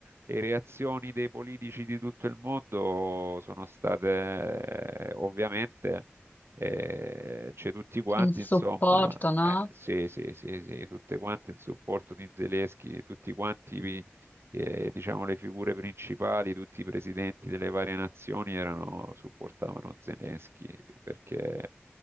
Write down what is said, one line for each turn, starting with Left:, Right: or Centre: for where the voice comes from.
Right: le reazioni dei politici di tutto il mondo sono state, eh, ovviamente, eh, c'è tutti quanti,
Left: in supporto,
Right: insomma,
Left: no?
Right: eh, sì, sì, sì, sì, tutte quanti in supporto di Zelensky, tutti quanti e, diciamo le figure principali, tutti i presidenti delle varie nazioni erano, supportavano Zelensky perché